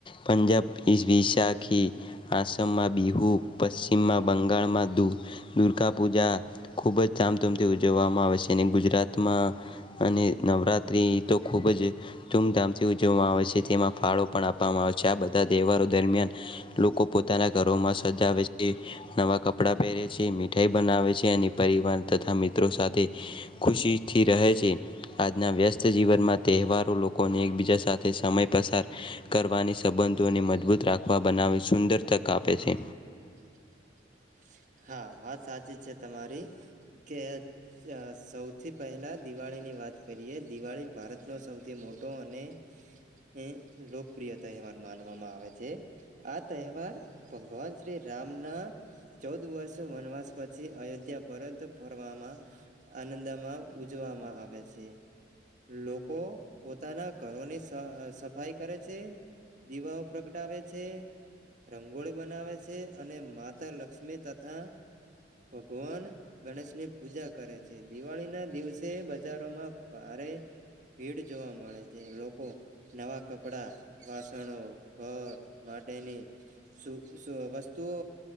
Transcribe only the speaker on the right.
<inaudible> હા વાત સાચી છે તમારી કે સૌથી પહેલા દિવાળીની વા ત કરીએ દિવાળી ભારતનો સૌથી મોટો અને એ લોકપ્રિય તહેવાર માનવામાં આવે છે. આ તહેવાર ભગવાન શ્રી રામના ચૌદ વર્ષ વનવાસ પછી અયોધ્યા પરત ફરવામાં આનંદમાં ઉજવામાં માં આવે છે. લોકો પોતાના ઘરોની સફાઈ કરે છે. દીવાઓ પ્રગટાવે છે રંગોળી બનાવે છે અને માતા લક્ષ્મી તથા ભગવાન ગણેશની પૂજા કરે છે દિવાળી ના દિવસે બજારોમાં ભા રે ભીડ જોવા મળે છે લોકો નવા કપડા વાસણો ઘર માટેની સુ સુ વસ્તુઓ